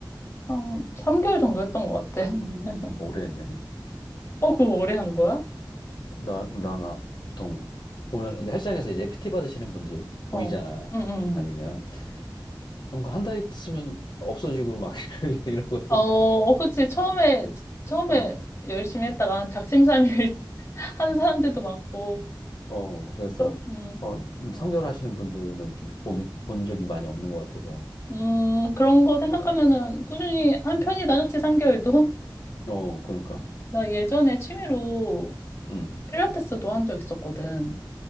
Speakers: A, on the left (about 30°); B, on the left (about 60°).
A: 어, 3개월 정도 했던 것 같아. <laughs>
B: 어, 오래 했네.
A: 어, 그거 오래 한 거야?
B: 나, 나 보통 보면, 근데 헬스장에서 이제 PT 받으시는 분들
A: 어,
B: 보이잖아.
A: 응, 응. 응.
B: 아니면, 그럼 한 달 있으면 없어지고 막 <laughs> 이러거든.
A: 어, 어, 그치. 처음에, 처음에
B: 어,
A: 열심히 했다가 작심삼일 <laughs> 한 사람들도 많고.
B: 어, 그래서,
A: 그럼, 음,
B: 어, 음, 삼개월 하시는 분들은 좀 보기, 본 적이 많이 없는 것 같아서.
A: 음, 그런 거 생각하면은
B: 음,
A: 꾸준히 한 편이다, 그치? 3개월도? <laughs>
B: 어, 그러니까.
A: 나 예전에 취미로
B: 음.
A: 필라테스도 한 적 있었거든.